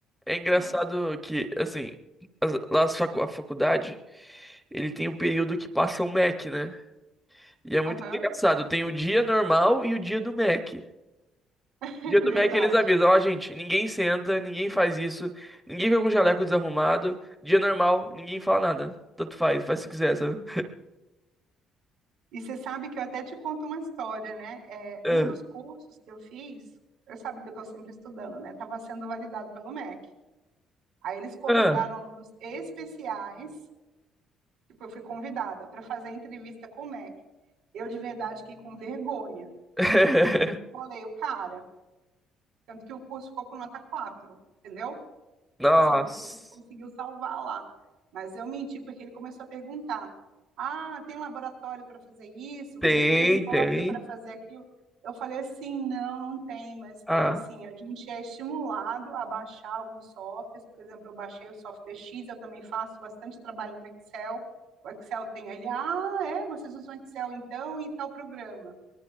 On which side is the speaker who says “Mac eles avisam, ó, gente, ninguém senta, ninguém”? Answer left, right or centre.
Centre